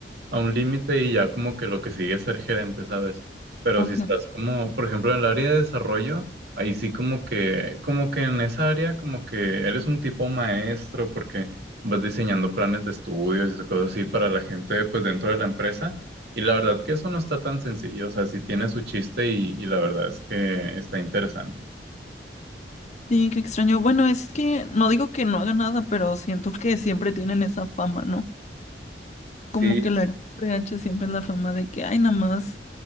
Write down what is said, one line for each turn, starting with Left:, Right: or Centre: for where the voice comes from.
Right: a un límite y ya como que lo que sigue es ser gerente, ¿sabes? Pero
Left: Ok.
Right: si estás como, por ejemplo, en el área de desarrollo, Ahí sí como que, como que en esa área como que eres un tipo maestro porque vas diseñando planes de estudios y cosas así para la gente pues dentro de la empresa. Y la verdad que eso no está tan sencillo, o sea, sí tiene su chiste y, y la verdad es que está interesante.
Left: Sí, qué extraño. Bueno, es que no digo que no haga nada, pero siento que siempre tienen esa fama, ¿no?
Right: Sí,
Left: Como que la RH siempre es la fama de que, ay, nada más